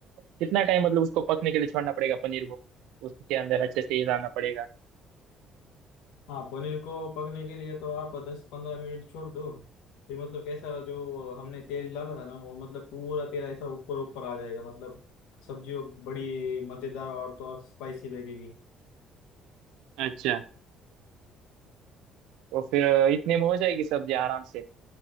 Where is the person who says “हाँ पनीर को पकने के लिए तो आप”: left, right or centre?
Left